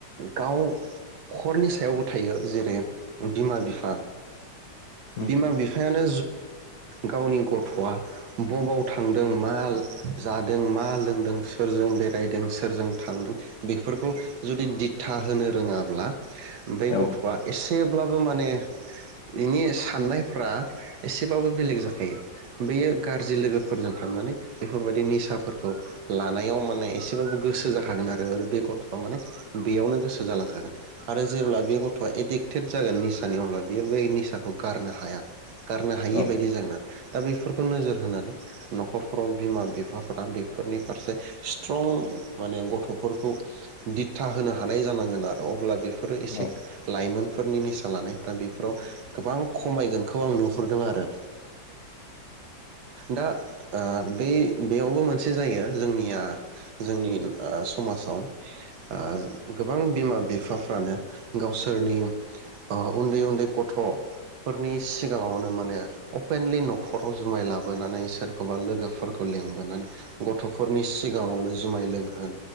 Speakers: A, on the right; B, on the left.
A: गाव नखरनि सायावबो थायो जेरै बिमा बिफा।
B: उम
A: बिमा बिफायानो। गावनि गथआ बबाव थांदों मा जादों मा लोंदों सोरजों बेरायदों सोरजों थांदों बेफोरखौ जुदि दिथा होनो रोङाब्ला। बै
B: औ
A: गथआ एसेब्लाबो माने। बेनि साननायफ्रा। एसेबाबो बेलेग जाखायो बेयो। गाज्रि लोगोफोरजों थांनानै। बेफोरबायदि निसाफोरखौ लानायाव माने एसे। एसेबाबो गोसो जाखागोन आरो बे गथआ माने बेयावनो गोसो जालांखागोन आरो जेब्ला बे गथआ एदिक। इडिगट्टे जागोन निसानि अब्ला बियो अब्ला निसाखौ गारनो हाया। गारनो
B: औ
A: हायि
B: औ उम
A: बायदि जागोन। दा बेफोरखौ नोजोर होनानै न'खरफोराव बिमा बिफाफोरा बेफोरनि फारसे स्ट्रं माने गथ'फोरखौ दिथा होनो हानाय जानांगोन आरो अब्ला बेफोर। एसे
B: औ
A: लाइमोनफोरनि निसा लानायफ्रा बेफोराव गोबां खमायगोनखौ आं नुहु रदों आरो। दा ओ बै-बेयावबो मोनसे जायो जोंनिया जोंनि ओ समाजाव ओ गोबां बिमा बिफा बिफाफ्रानो गावसोरनि ओ उन्दै उन्दै गथ'फोरनि सिगाङावनो माने अपेनलि न'खराव जुमाय लाबोनानै सोरखौबा लोगोफोरखौ लिंबोनानै गथ'फोरनि सिगाङावनो जुमाय लोङो